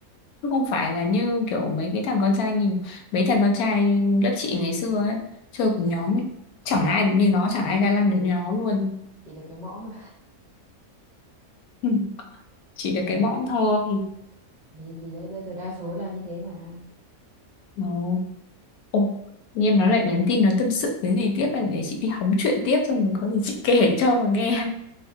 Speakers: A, on the left; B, on the right.
A: chứ không phải là như kiểu mấy cái thằng con trai như mấy thằng con trai lớp chị ngày xưa ấy chơi cùng nhóm ấy.
B: <laughs>
A: chẳng ai được như nó chẳng ai ga lăng được như nó luôn
B: chỉ được cái mõm mà
A: <laughs> chỉ được cái
B: rồi
A: mõm thôi
B: thì thì đấy bây giờ đa số là như thế mà
A: Ồ, Ồ, tự nhiên nó lại nhắn tin nó tâm sự cái gì tiếp này để chị đi hóng chuyện tiếp xong rồi có gì chị kể cho mà nghe